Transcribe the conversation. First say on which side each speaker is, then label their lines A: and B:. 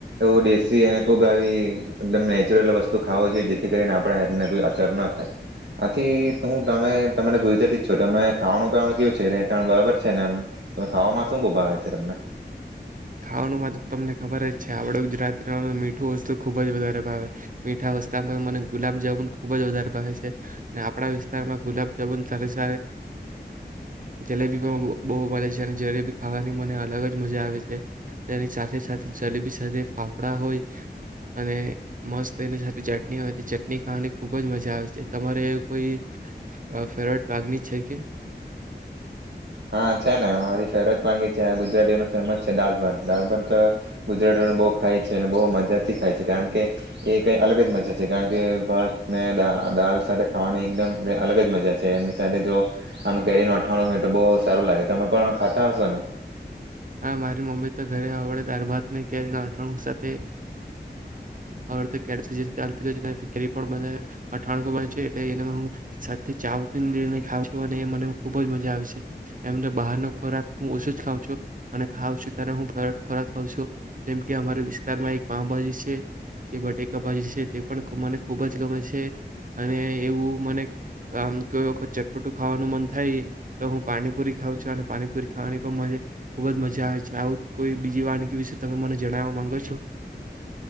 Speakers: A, on the right (about 85°); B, on the right (about 50°).
A: એવ દેશી અને ખુબ આવી એકદમ નેચરલ વસ્તુ ખાવો જોઈએ જેથી કરીને આપણા હેલ્થને કોઈ અસર ન થાય આથી હું તમે તને ગુજરાતી જ છો તમે ખાવાનું પનું કેવું છે રહેતાા બરાબર છે ને એમ ખાવામાં શું બુ ભાવે છે છે તમને
B: ખાવાનું મા તો તમને ખબર જ છે આપણા ગુજરાતીમાં મીઠું વસ્તુ ખૂબ જ વધારે ભાવે મીઠા વસ્તામાં મને ગુલાબજામુન ખૂબ જ વધારે ભાવે છે અનેને આપણા વિસ્તારમાં ગુલાબજામુન સર સ જલેબી પણ બહુ મળે છે અને જલેબી ખાવાની મને અલગ જ મજા આવે છે તેની સાથે સાથે જલેબી સાથે ફાફડા હોય અને મસ્ત એની સાથે ચટણી હોય તે ચટણી ખાવાની ખુબ જ મજા આવે છે તમારે કોઈ ફેવરેટ વાનગી છે કે
A: હા છે ને મારી ફેવરેટ વાનગી છે આ ગુજરાતીઓનો ફેમસ છે દાાલ ભત દળ ભાત ગુજરાતીઓને બહુ ખાય છે અને બહ મજા થી ખાય છે કારણ કે એ કઈ અલગ જ મજા છે કારણ કે ભાત ને દાલ સાથે ખાવાની એકદમ ક અલગ જ મજા છે એની સાથે જો આ કેરી ન અઠાણું હોય તો બહ સારું લાગે તમે પણ ખાતા હશો ને
B: હા મારી મમ્મી તો ઘરે આવડે દાળ ભાતને કેરીના અથાણું સાથે આ વખતે છે કેરીની <inaudible> કેરી પણ બધાએ <inaudible> મને ખુબ જ મજા આવે છે એમને બહારનો ખોરા હ ઓછો જ ખાવં છું અને ખાવ છું ત હું ખોરાક ખ છું જેમ કે અમારા વિસ્તારમાં એક પાઉભાજી છે જે બટેકા ભાજી છે તે પણ મને ખુબ જ ગમે છે અને એવું મને આમ તો કોઈ વખત ચટપટું ખાવાનું મન થાય તો હું પાણીપુરી ખાં છું અને પાણીપુરી ખાવાની પણ મ ખૂબ જ મજા આવે છે આવું કોઈ બીજી વાનગી વિશે તમે મને જણાવવા માંગો છો